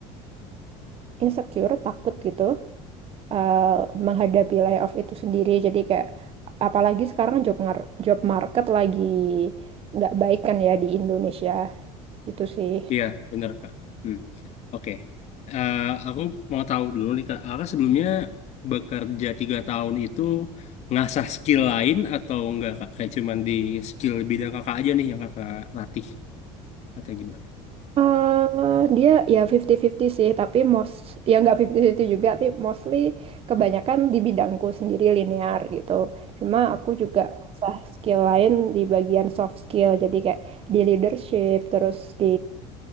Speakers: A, on the right; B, on the left.
A: insecure takut gitu eh, menghadapi layoff itu sendiri. Jadi kayak apalagi sekarang job mar- job market lagi nggak baik kan ya di Indonesia. Gitu sih.
B: Iya, benar, Kak. Mm. Oke. Eh, aku mau tahu dulu nih, Kak. Kakak sebelumnya bekerja tiga tahun itu ngasah skill lain atau enggak, Kak? Kayak cuman di skill bidang kakak aja nih yang kakak latih atau gimana?
A: eh dia ya 50-50 sih, tapi most ya nggak 50-50 juga, tapi mostly kebanyakan di bidangku sendiri linear gitu. Cuma aku juga sah skill lain di bagian soft skill, jadi kayak di leadership, terus di